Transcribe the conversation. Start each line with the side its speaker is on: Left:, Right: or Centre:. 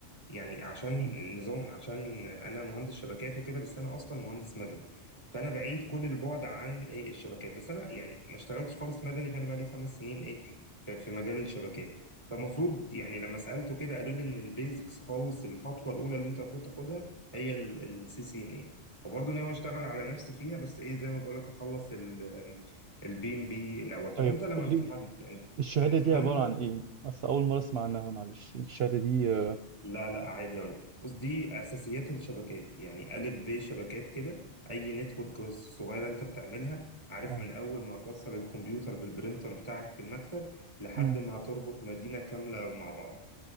Left: يعني عشان
Right: مم.
Left: النظام عشان انا مهندس شبكات وكده بس انا اصلا مهندس مدني فانا بعيد كل البعد عن ايه الشبكات بس انا يعني ما اشتغلتش خالص مدني فانا بقى لي خمس سنين ايه في, في مجال الشبكات فمفروض يعني لما سالته كده قالوا لي ان البيزكس خالص الخطوه الاولى اللي انت المفروض تاخدها هي السي سي ان وبرضه ناوي اشتغل على نفسي فيها بس ايه زي ما بقولك اخلص ال البي ام بي الاول طب
Right: طيب
Left: انت لما
Right: قول
Left: امتحنت
Right: لي الشهادة
Left: امتحنت
Right: دي عبارة عن إيه؟ بس أول مرة أسمع عنها معلش الشهادة دي آه
Left: لا لا عادي اقول بص دي اساسيات الشبكات يعني الف ب شبكات كده اي نتورك صغيره انت بتعملها عارف
Right: آه.
Left: من اول ما توصل الكمبيوتر بالبرينتر بتاعك في المكتب لحد
Right: مم.
Left: ما هتربط مدينه كامله مع بعض